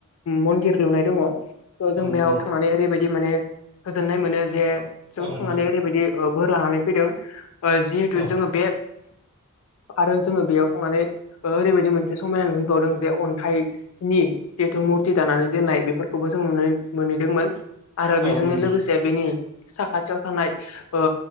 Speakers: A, on the left; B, on the right.
A: मन्दिर लुनाय दङ ओ
B: औ
A: जों
B: नंगौ
A: बेयाव
B: नोंथां
A: थांनानै ओरैबायदि माने गोजोननाय मोनो जे जों
B: औ नोंथां
A: थांनानै ओरैबायदि ओ बोर लानानै फैदों जिहेथु
B: औ
A: जोङो बे आरो जोङो बेयाव थांनानै ओरैबायदि मोनसे समायना नुहैबावदों जे अन्थाइ दि जिहेतु मुरति दानानै दोननाय बेफोरखौबो जों नुनो मोनहैदोंमोन आरो
B: औ
A: बेजोंनि
B: नंगौ नोंथां
A: लोगोसे बेनि साखाथियाव थानाय ओ